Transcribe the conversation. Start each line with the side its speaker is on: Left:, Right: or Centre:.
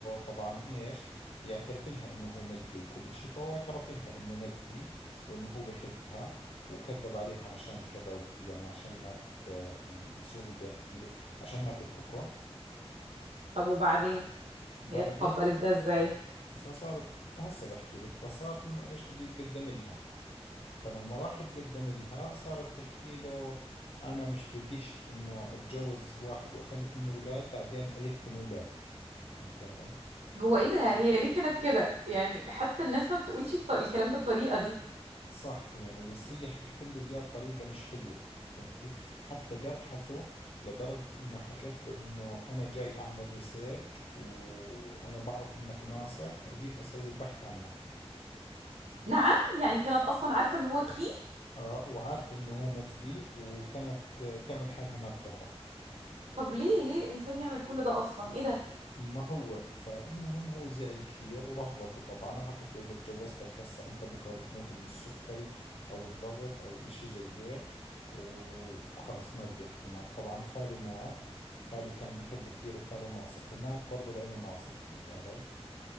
Left: طبعا ايش يعترف لها انه هو مجدي وكل اشي فهو اعترف لها انه مجدي وانه هو بحبها وكذب عليها عشان كذا ويعني عشان ما ت... يعني شو بدي احكي لك عشان ما تتركه
Right: طب وبعدين
Left: بعدين
Right: هي تقبلت ده ازاي
Left: فصارت هسه بحكي لك فصار انه ايش بده يتقدم لها فلما راح تقدم لها صارت تحكي له أنا مش بديش إنه أتجوز واحد وأخلف منه أولاد بعدين أيتم أولادي فهمتي علي؟
Right: هو ايه ده هي ليه كانت كده يعني حتى الناس ما بتقولش الط- الكلام بالطريقة دي
Left: صح يعني بس هي حكت له إياه بطريقة مش حلوة فهمتي؟ حتى جرحته لدرجة إنه حكت له إنه أنا جاي أعمل ريسيرش وأنا بعرف إنك ناصح فأجيت أسوي البحث عنك
Right: نعم يعني كانت اصلا عارفة ان هو تخين
Left: آه وعارفة إنه هو مجدي وكانت تعمل حالها ما بتعرف
Right: طب ليه ليه انسان يعمل كل ده اصلا ايه ده
Left: ما هو فالمهم هو زعل كثير ورفضته طبعا وحكت له إذا تجوزتك هسه أنت بكرة بتموت من السكري أو الضغط أو إشي زي هيك وخلص ما بدي أحكي معك طبعا خاله مات خاله كان بحبه كثير وخاله ناصح ومات برضه لأنه ناصح فهمت علي